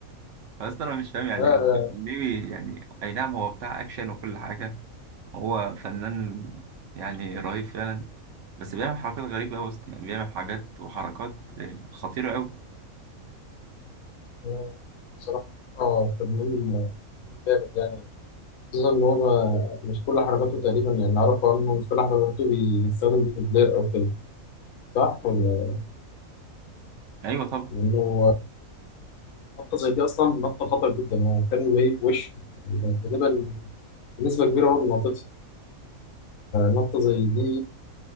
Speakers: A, on the right; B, on the left.
A: فيا اسطى انا مش فاهم يعني
B: لا
A: هو
B: لا
A: ليه بي- يعني اي نعم هو بتاع اكشن وكل حاجه هو فنان يعني رهيب فعلا بس بيعمل حركات غريبه قوي يا اسطى يعني بيعمل حاجات وحركات آه، خطيره قوي
B: لا، بصراحة تمرين تمرين جامد يعني خصوصا إن هو ما- مش كل حركاته تقريبا يعني أعرفه إنه مش كل حركاته بيستخدم دوبلير أو كده صح ولا
A: ايوه طبعا
B: إنه نطة زي دي أصلا نطة خطر جدا هو كان جايب وش يعني غالبا بنسبة كبيرة هو اللي نطتها نطة زي دي